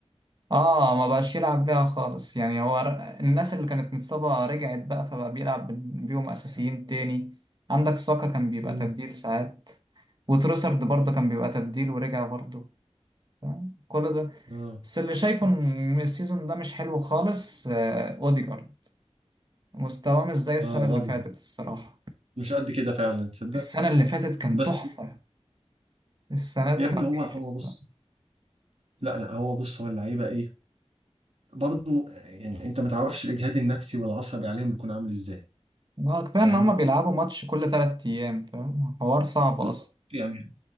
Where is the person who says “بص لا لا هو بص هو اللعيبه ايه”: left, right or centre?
Right